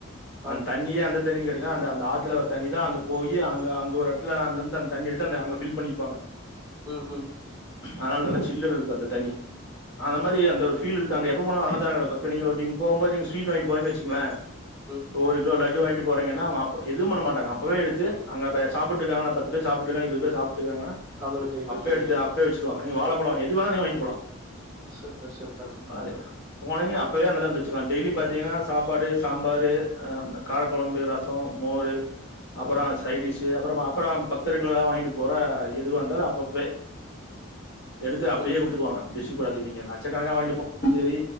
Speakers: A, on the right (about 15°); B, on the left (about 55°).
A: ஆ
B: அந்த தண்ணி அந்த தண்ணினி கேட்டிங்கனா அந்த அந்த ஆத்துல வறதண்ணி தா அங்க போய் அங்க அங்க ஒரு எடத்துல அங்கருந்து அந்த தண்ணி எடுத்து அங்க ஃபிள் பண்ணிப்பாங்க
A: ம் ம்
B: ஆனா நல்ல சில்லன்னு இருக்கு அந்த தண்ணி அந்த மாரி அந்த ஒரு ஃபீல் இருக்கு அங்க எப்போனலு அன்னதான நடக்கு இப்ப நீங்க போகு போது ஸ்விட் வாங்கிடு போனீங்க வச்சீங்களே
A: ம்
B: இப்ப ஒரு கிலோ லட்டு வாங்கிட்டு போறிங்கன்னா அப்ப எது பண்ண மாட்டாக அப்பவே எடுத்து அங்க சாபுட்டு இருக்காங்கள பத்து பேர் சாபுட்டு இருக்கா இருவது பேர் சாப்பிட்டு இருக்காகன
A: அவங்களுக்கு
B: அப்பவே
A: குடுத்துருது
B: எடுத்து அப்வே வச்சுருவாங்க நீங்க வாழபழ எது வேனா நீங்க வாங்கிட்டு போலா
A: சூப்பர் சூப்
B: <unintelligible> போனோனே அப்பவே நீ <unintelligible> வச்சுக்களா டெய்லியும் பாத்தீங்கன்னா சாப்பாடு சாம்பாரு அம் காரக்கொழம்பு ரசோ மோரு அப்பற
A: ஆ
B: சைடிஷ்சு அப்பற அப்பற பக் பக்தர்கள் எதா வாங்கிட்டு போற எதுவா இருந்தாலு அப்பப்பவே எடுத்து அப்படியே
A: ம்
B: குடுத்துருவாங்க டிஷி பாதி நீங்க லட்சக்கணக்காக வாங்கிட்டு <inaudible> செரி